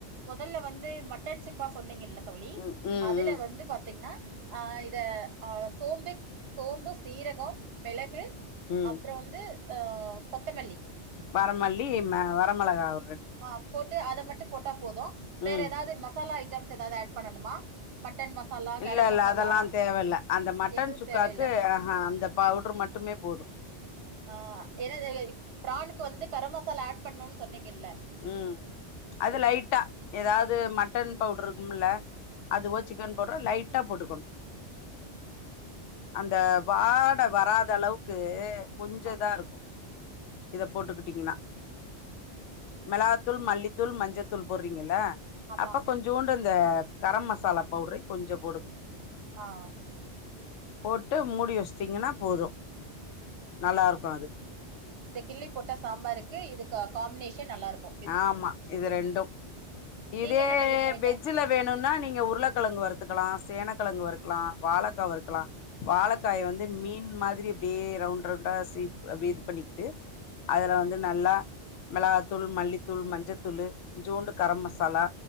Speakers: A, on the right; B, on the left.
A: மொதல்ல வந்து மட்டன் சுக்கா சொன்னீங்கல்ல தோழி
B: ம் ம்
A: அதுல
B: ம்
A: வந்து பாத்தீங்னா ஆ இத ஆ சோம்பு சோம்பு சீரகம் மெளகு
B: ம்
A: அப்றோ வந்து அ கொத்தமல்லி
B: வரமல்லி ம வரமெளகாவ
A: ஆ போட்டு அத மட்டு போட்டா போது வேற
B: ம்
A: எதாவது மசாலா ஐட்டம்ஸ் எதாவது ஆட் பண்ணனுமா மட்டன் மசாலா
B: இல்ல
A: கரம்
B: இல்ல
A: மசாலா
B: அதெல்லா தேவ இல்ல அந்த மட்டன்
A: எதுவு
B: சுக்காக்கு
A: தேவையில்ல
B: அந்த பவுட்ரு மட்டுமே போது
A: ஆ என்னது ப்ரானுக்கு வந்து கரம் மசாலா ஆட் பண்ணுன்னு சொன்னீங்கெல்ல
B: ம் அது லைட்டா எதாவது மட்டன் பவுட்ரு இருக்குமுல்ல அதுவோ
A: ம்
B: சிக்கன் பவுட்ரோ லைட்டா போட்டுக்கணு அந்த
A: ஓகே
B: வாட வராத அளவுக்கு கொஞ்ச
A: ஆ
B: இதா இருக்கு இத போட்டுக்கிட்டீங்னா மெளகாத்தூள் மல்லித்தூள் மஞ்சத்தூள் போட்றீங்கல்ல
A: ஆமா
B: அப்ப கொஞ் சோண்டு இந்த கரம் மசாலா பவுடரு கொஞ்சோ போடுங்க
A: ஆ ஆ
B: போட்டு மூடி வெஸ்டிங்கன்னா போது நல்லா இருக்கு அது
A: இந்த கிள்ளி போட்ட சாம்பாருக்கு இது கா காம்பினேஷன் நல்லாருக்கு
B: ஆமா இது ரெண்டும் இதே
A: நீங்க என்ன செய்ய போறீங்க
B: வெஜ்ஜில வேணுன்னா நீங்க உருளக்கெழங்கு வர்த்துக்கலா சேனக்கெழங்கு வறுக்கலா வாழக்கா வறுக்கலா வாழக்காய வந்து மீன் மாதிரி அப்டியே ரவுண்ட் ரவுண்டா சீவ் அப்டியே இது பண்ணிக்கிட்டு அதுல
A: ம்
B: வந்து நல்லா மெளகாத்தூள் மல்லித்தூள் மஞ்சத்தூளு கொஞ்சோண்டு கரம்
A: ஆ
B: மசாலா